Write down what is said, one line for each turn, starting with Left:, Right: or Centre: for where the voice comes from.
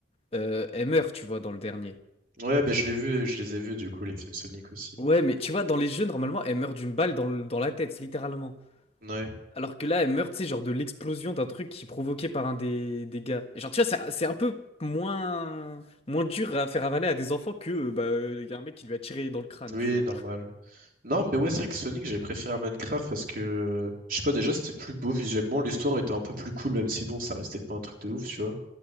Left: euh, elle meurt, tu vois, dans le dernier.
Right: Ouais, ben je l'ai vu, je les ai vus du coup, les films Sonic aussi.
Left: Ouais, mais tu vois, dans les jeux, normalement, elle meurt d'une balle dans, le- dans la tête, littéralement.
Right: Ouais.
Left: Alors que là, elle meurt, tu sais, genre de l'explosion d'un truc qui est provoqué par un des, des gars. Et genre, tu vois, c'est c'est un peu moins, moins dur à faire avaler à des enfants que, euh, bah, euh, il y a un mec qui lui a tiré dans le crâne,
Right: Oui,
Left: tu vois,
Right: normal.
Left: genre.
Right: Non, mais ouais, c'est vrai que Sonic, j'ai préféré à Minecraft parce que, je sais pas, déjà, c'était plus beau visuellement, l'histoire était un peu plus cool, même si bon, ça restait pas un truc de ouf, tu vois.